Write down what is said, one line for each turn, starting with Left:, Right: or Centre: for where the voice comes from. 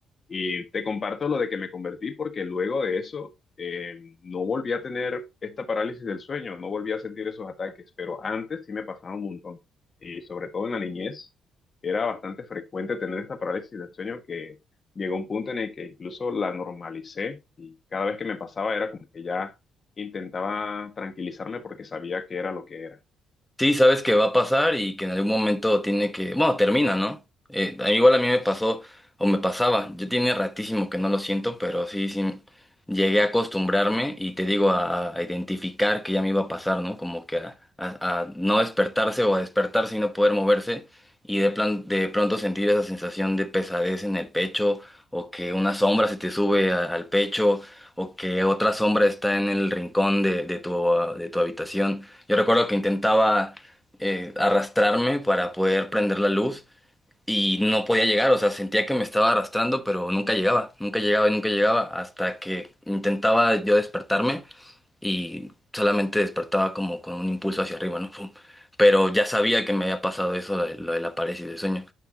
Left: Y te comparto lo de que me convertí porque luego de eso eh, no volví a tener esta parálisis del sueño, no volví a sentir esos ataques, pero antes sí me pasaba un montón. Y sobre todo en la niñez era bastante frecuente tener esta parálisis del sueño que llegó un punto en el que incluso la normalicé y cada vez que me pasaba era como que ya intentaba tranquilizarme porque sabía que era lo que era.
Centre: Sí, sabes que va a pasar y que en algún momento tiene que, bueno, termina, ¿no? Eh, igual a mí me pasó o me pasaba, yo tiene ratísimo que no lo siento, pero sí, sí, llegué a acostumbrarme y te digo a, a identificar que ya me iba a pasar, ¿no? Como que a, a- a no despertarse o a despertarse y no poder moverse y de, plan, de pronto sentir esa sensación de pesadez en el pecho o que una sombra se te sube a- al pecho o que otra sombra está en el rincón de, de tu, ah, de tu habitación. Yo recuerdo que intentaba eh, arrastrarme para poder prender la luz y no podía llegar, o sea, sentía que me estaba arrastrando, pero nunca llegaba, nunca llegaba y nunca llegaba hasta que intentaba yo despertarme y solamente despertaba como con un impulso hacia arriba, ¿no? Fum. Pero ya sabía que me había pasado eso, de- lo de la parálisis del sueño.